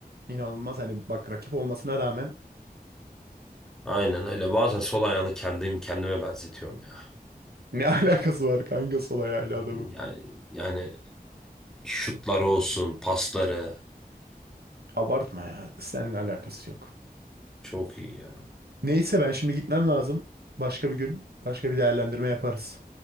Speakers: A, on the right; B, in the centre.
A: inanılmaz hani bak rakip olmasına rağmen
B: Aynen öyle. Bazen sol ayağını kendim kendime benzetiyorum ya.
A: ne <laughs> alakası var kanka sol ayağıyla adamın.
B: Yani, yani şutları olsun, pasları
A: Abartma ya. Seninle alakası yok.
B: çok iyi ya.
A: Neyse ben şimdi gitmem lazım. Başka bir gün başka bir değerlendirme yaparız.